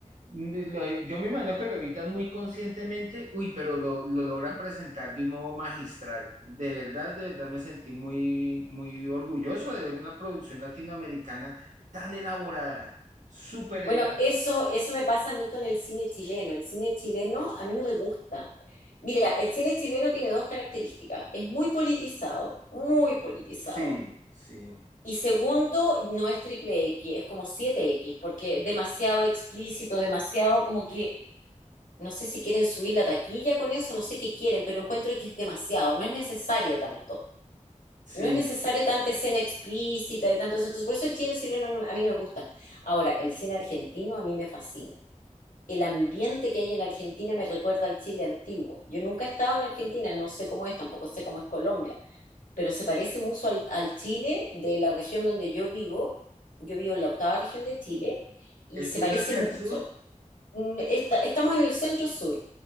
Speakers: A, on the right; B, on the left.
A: n- lo- yo me imagino que lo evitan muy conscientemente, uy, pero lo, lo logran presentar de un modo magistral. De verdad, de verdad me sentí muy, muy orgulloso de ver una producción latinoamericana tan elaborada, súper
B: Bueno,
A: elaborada
B: eso, eso me pasa a mí con el cine chileno. El cine chileno a mí no me gusta. Mira, el cine chileno tiene dos características. Es muy politizado, muy politizado.
A: Sí, sí,
B: Y segundo, no es triple X, es como siete x porque demasiado explícito, demasiado como que No sé si quieren subir la taquilla con eso, no sé qué quieren, pero encuentro que es demasiado, no es necesario tanto.
A: sí.
B: No es necesario tanta escena explícita y tanto eso. Entonces, por eso el cine chileno no- a mí no me gusta. Ahora, el cine argentino a mí me fascina. El ambiente que hay en Argentina me recuerda al Chile antiguo. Yo nunca he estado en Argentina, no sé cómo es, tampoco sé cómo es Colombia, pero se parece mucho al, al Chile de la región donde yo vivo. Yo vivo en la octava región de Chile y
A: ¿Es
B: se
A: bien
B: parece
A: hacia
B: mucho.
A: el sur?
B: Mm, esta- estamos en el centro sur.